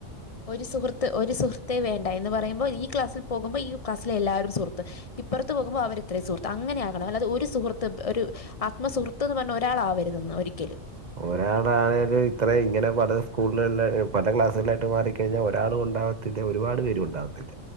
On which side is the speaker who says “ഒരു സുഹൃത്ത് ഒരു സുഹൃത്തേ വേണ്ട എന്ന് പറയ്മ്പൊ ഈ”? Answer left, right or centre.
Left